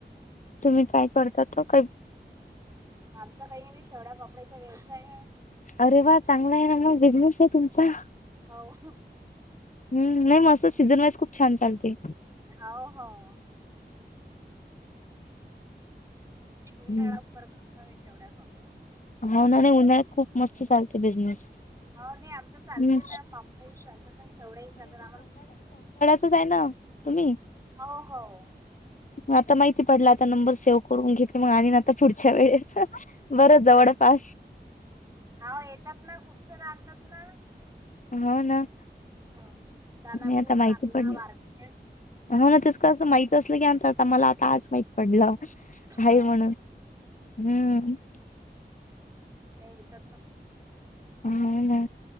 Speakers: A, on the left; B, on the right.
A: तुम्ही काय करता तो काही
B: आमचा काही नाही मी शेवडापापड्याचा व्यवसाय आहे
A: अरे वा चांगला आहे ना मग बिझनेस आहे तुमचा.
B: हाव
A: हम् नाही मस असं सीझन वाईज खूप छान चालते
B: हाव, हाव उन्हाळा्यावर
A: हम्म
B: करतो मी शेवड्या पापड
A: होना ना रे उन्हाळ्यात खूप मस्त चालते बिझनेस
B: हो नाही आमचं चालते
A: हम
B: ना चालतात प शेवढ्या चालात आम्हा
A: तू जाईना मम्मी
B: हाव, हाव
A: आता माहिती पडला आता नंबर सेव्ह करून घेतली मग आणन आता पुढच्या वेळेस बरं जवळपास
B: हाव येतात ना खूप जण आणतात ना
A: हाव ना
B: हाव दानापूर
A: मी आता माहिती
B: कारला
A: पडलं
B: वारखेड
A: हो ना तेस कां असं माहतीत असलं की आणतात आम्हाला आता मला आता आज माहित पडलं आहे
B: हो
A: म्हणून हम
B: नाहीे येतात ना
A: हा ना